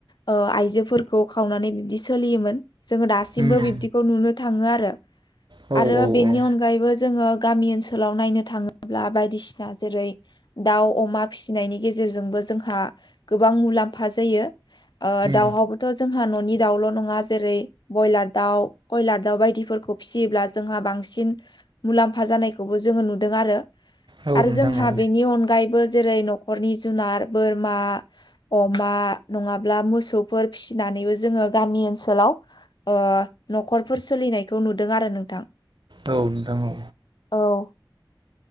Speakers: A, on the left; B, on the right.
A: ओ आइजोफोरखौ खावनानै बिब्दि सोलियोमोन। जोङो दासिमबो
B: उम
A: बिब्दिखौ नुनो थाङो आरो।
B: औ
A: आरो
B: औ
A: बेनि
B: औ
A: अनगायैबो जोङो गामि ओनसोलाव नायनो थाङोब्ला बायदिसिना जेरै दाव अमा फि गेजेरजोंबो जोंहा गोबां मुलाम्फा जायो। ओ
B: उम
A: दवाबोथ' जोंहा न'नि दाउल' नङा जेरै बयलार दाउ, कयलार दाउ बायदिफोरखौ फिसियोब्ला जोंहा बांसिन मुलाम फा जानायखौबो जोङो नुदों आरो।
B: औ
A: आरो
B: नोंथां
A: जोंहा
B: औ
A: बेनि अनगायैबो जेरै नख'रनि जुनार बोरमा अमा नङाब्ला मोसौफोर फिसिनानैबो जोङो गामि ओनसोलाव ओ न'खरफोर सोलिनायखौ नुदों आरो नोंथां।
B: औ नोंथां औ
A: औ।